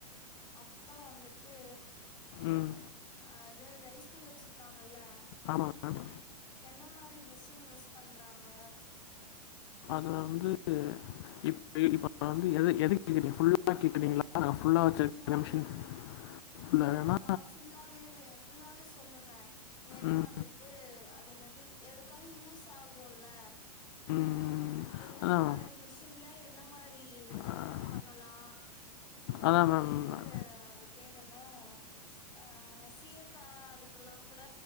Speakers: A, on the left; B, on the left.
A: அத்தான் வந்துட்டு
B: ம்
A: அது ரைஸ் மில் வச்சிருக்காங்கல்ல
B: ஆமாங்க
A: என்ன மாரி மிஷின் யூஸ் பண்றாங்க
B: அது வந்து இப்ப இப்போ வந்து எத எதுக்கு கேக்ரீங்க ஃபுல்லா கேக்றீங்களா ஃபுல்லா வச்சிருக்க
A: ஃபுல்லாவே
B: மிஷின் ஃபுல்லாக
A: இல்லடாமா
B: வேணா
A: ஃபுல்லாவே ஃபுல்லாவே சொல்லுங்க ஏன்னா
B: ம்
A: வந்துட்டு அது என்னது எதுக்காவது யூஸ் ஆகும்ல
B: ம்
A: என்ன
B: அதான்
A: மாரி மிஷின்ல என்ன மாரி
B: அஹ்,
A: ஐட்டம் பண்ணலா
B: அதான்
A: ஆ
B: மேம்
A: இதுக்கு அது பேர் என்ன அ சீயக்கா அதுக்கெல்லா கூட